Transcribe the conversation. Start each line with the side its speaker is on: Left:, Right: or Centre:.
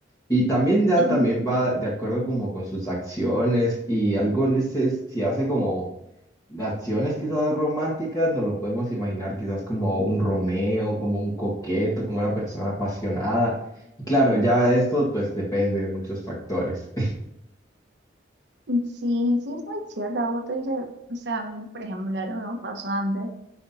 Left: Y también ya
Right: Ujú.
Left: también va de acuerdo como con sus acciones y algo veces si hace como acciones quizás románticas, nos lo podemos imaginar quizás como un Romeo, como un coqueto, como una persona apasionada. Y claro, ya esto pues depende de muchos factores.
Right: Sí, sí, es muy cierto. Como tú dices, o sea, a mí, por ejemplo, algo que me pasó antes.